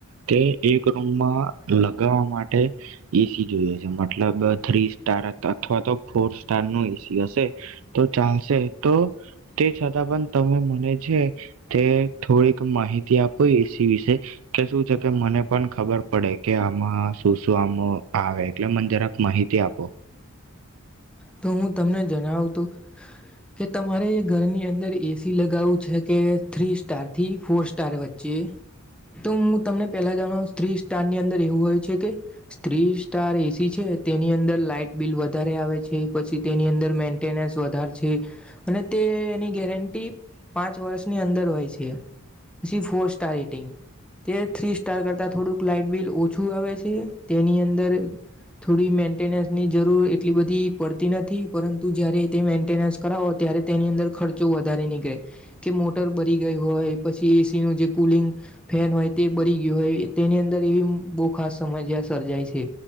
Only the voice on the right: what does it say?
તે એક રૂમમાં લગાવવા માટે, એ સી જોઈએ છે મતલબ થ્રી તારત અથવા તો ફોર્સ. તારનો એસી હશે, તો ચાલશે તો તે છતાં પણ તમે મને છે તે થોડીક માહિતી આપો એ સી વિશે. કે શું છે કે મને પણ ખબર પડે કે આમાં શું શું આમ આવે એટલે મને જરાક માહિતી આપો.